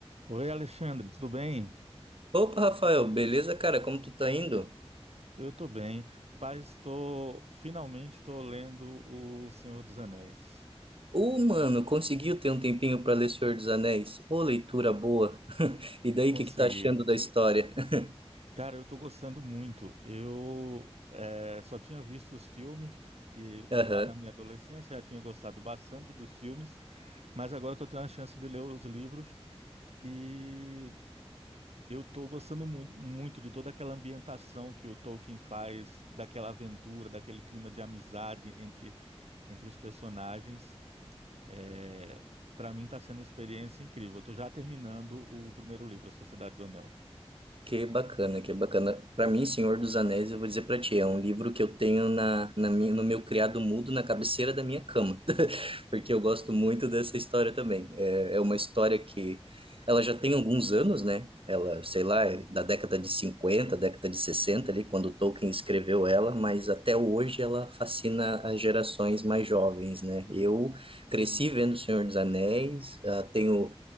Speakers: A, on the right (about 75°); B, on the right (about 55°).
A: Oi, Alexandre, tudo bem?
B: Opa, Rafael, beleza, cara? Como tu tá indo?
A: Eu estou bem. Paz, estou finalmente estou lendo O Senhor dos Anéis.
B: Ô, mano, conseguiu ter um tempinho pra ler Senhor dos Anéis? Ô, leitura boa. <laughs> E daí,
A: Consegui.
B: o que que tá achando da história? <laughs>
A: Cara, eu estou gostando muito. Eu eh, só tinha visto os filmes e
B: Aham.
A: lá na minha adolescência já tinha gostado bastante dos filmes, mas agora estou tendo a chance de ler os livros e eu estou gostando mu- muito de toda aquela ambientação que o Tolkien faz, daquela aventura, daquele clima de amizade entre entre os personagens. É, Para mim está sendo uma experiência incrível. Eu estou já terminando o primeiro livro, A Sociedade do Anel.
B: Que bacana, que bacana. Pra mim, Senhor dos Anéis, eu vou dizer pra ti, é um livro que eu tenho na, na minha, no meu criado mudo na cabeceira da minha cama. porque eu gosto muito dessa história também. É, é uma história que ela já tem alguns anos, né? Ela, sei lá, é da década de cinquenta década de 60 ali, quando Tolkien escreveu ela, mas até hoje ela fascina as gerações mais jovens, né? Eu cresci vendo O Senhor dos Anéis, ah, tenho